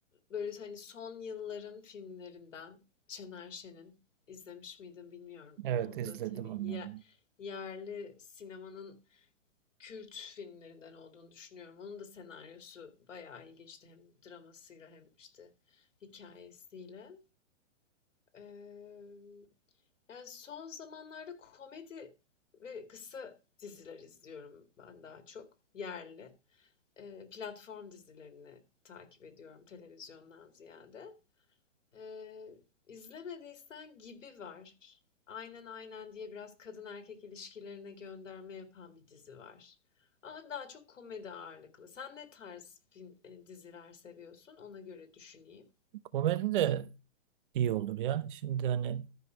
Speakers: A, on the left; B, on the right.
A: böyle, hani, son yılların filmlerinden Şener Şen'in. İzlemiş miydin bilmiyorum.
B: Evet
A: O
B: izledim
A: da, hani,
B: onları.
A: ye yerli sinemanın kült filmlerinden olduğunu düşünüyorum. Onun da senaryosu bayağı ilginçti hem dramasıyla hem, işte, hikayesiyle Emm, yani, son zamanlarda komedi ve kısa diziler izliyorum ben daha çok yerli. Eee, platform dizilerini takip ediyorum televizyondan ziyade. Eee, İzlemediysen Gibi var. Aynen Aynen diye biraz kadın erkek ilişkilerine gönderme yapan bir dizi var. Ama daha çok komedi ağırlıklı. Sen ne tarz film, e, diziler seviyorsun? Ona göre düşüneyim.
B: Komedi de iyi olur ya. Şimdi hani